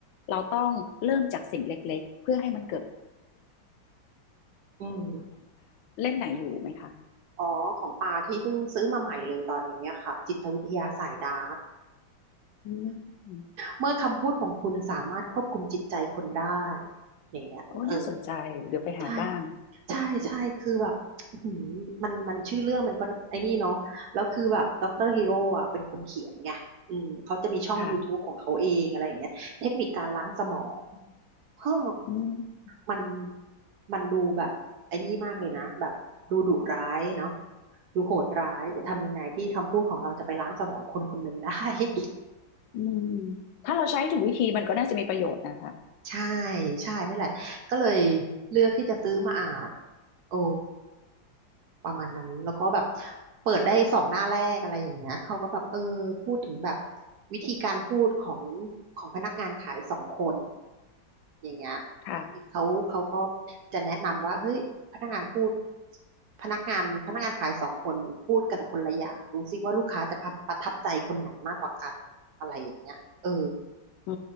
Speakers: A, on the left; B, on the right.
A: เราต้องเริ่มจากสิ่งเล
B: อืม
A: ็
B: อ๋อของปาที่เพิ่งซื้อมาใหม่เลยตอนนี้อะค่ะ จิตวิทยาสายดาร์ก
A: อืม
B: เมื่อคำพูดของคุณสามารถควบคุมจิตใจคนได้อย่างเงี้ยเออ
A: โอ้น่าสนใจเดี๋ยวไปหาบ้าง
B: ใช่ใช่ ใช่ คือแบบอื้อหือมันมันชื่อเรื่องมันก็ไอ้นี่เนาะแล้วคือแบบด็อกเตอร์ฮีโร่อ่ะเป็นคนเขียนไงอืมเขาจะมีช่อง
A: ค่ะ
B: YouTube ของเขาเองอะไรอย่างเงี้ยเทคนิคการล้างสมองเฮ้อ
A: อืม
B: มันมันดูแบบไอ้นี่มากเลยนะ แบบดูดุร้ายเนาะดูโหดร้าย จะทำยังไงที่คำพูดของเราจะไปล้างสมองคนคนหนึ่งได้ <laughs>
A: อืมถ้าเราใช้ถูกวิธีมันก็น่าจะมีประโยชน์นะคะ
B: ใช่ใช่นั่นแหละก็เลยเลือกที่จะซื้อมาอ่านโอ้ประมาณนั้นแล้วก็แบบเปิดได้สองหน้าแรกอะไรอย่างเงี้ยเขาก็แบบเออพูดถึงแบบวิธีการพูดของของพนักงานขายสองคนอย่างเงี้ยคือเขาเขาก็
A: ค่ะ
B: จะแนะนำว่าเฮ้ยพนักงานพูดพนักงานพนักงานขายสองคนพูดกันคนละอย่างดูซิว่าลูกค้าจะประประทับใจคนไหนมากกว่ากันอะไรอย่างเงี้ยเออ
A: อื